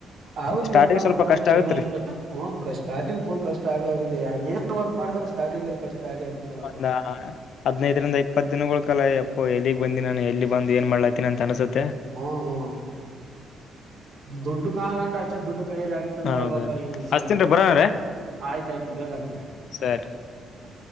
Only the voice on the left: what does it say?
ಸ್ಟಾರ್ಟಿಂಗ್
ಸ್ವಲ್ಪ
ಕಷ್ಟ ಆಗತ್ರಿ
ಒಂದ ಹದ್ನೈದರಿಂದ ಇಪ್ಪತ್ತು ದಿನಗಳ ಕಾಲ ಓ ಎಲ್ಲಿಗೆ ಬಿ ನಾನು ಎಲ್ಲಿ ಬಂದು ಏನ್ ಮಾಡಲಾತಿನ ನನ್ ಅನಸ
ಹೌದೌದು
ಹಚ್ತೀನ್ರಿ ಬರೋಣ್ರೀ
ಸರಿ